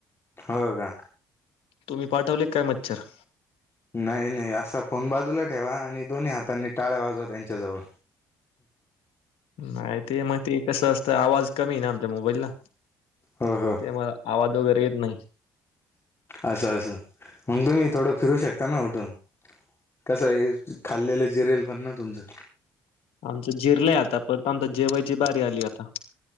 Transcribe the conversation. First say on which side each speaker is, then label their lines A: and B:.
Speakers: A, on the left; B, on the left.
A: हो का
B: तुम्ही पाठवले काय मच्छर
A: नाही नाही असा फोन बाजूला ठेवा आणि दोन्ही हातांनी टाळ वाजवा त्यांच्या जवळ
B: माहतीय मग ते कसं असतं आवाज कमी ना आमच्या मोबाईलला
A: हो हो
B: ते मला आवाज वगैरे येत नाही
A: असं असं मग तुम्ही थोडं फिरू शकता ना उठून कस आहे खाल्लेलं जिरेल पण ना तुमचं
B: आमचं झिरलंय आता परत आमच्या जेवायची बारी आली आता